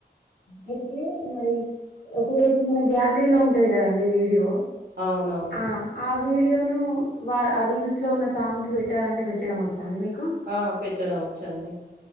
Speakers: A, on the left; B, on the right.
A: అయితే మరి ఒకవేర ఇక్కడ మన గ్యాలరీ లో ఉంటది కదండి వీడియో
B: అవునవును
A: ఆ ఆ వీడియోను వా ఆ రీల్స్ లో ఉన్న సాంగ్ కి పెట్టాలంటే పెట్టడం వచ్చా అండి మీకు
B: ఆ పెట్టడం వచ్చండి